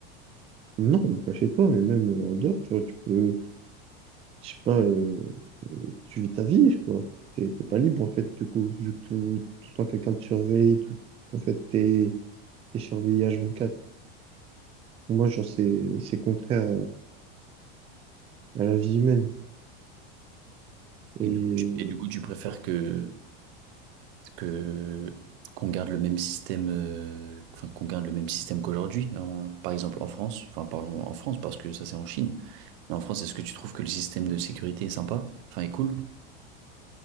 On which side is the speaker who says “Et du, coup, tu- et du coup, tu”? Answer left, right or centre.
Right